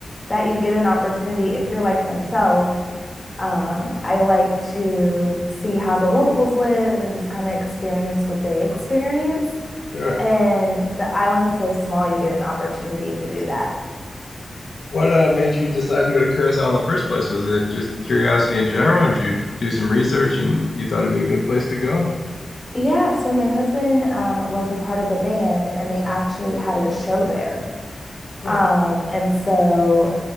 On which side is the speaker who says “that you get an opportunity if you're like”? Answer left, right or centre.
Left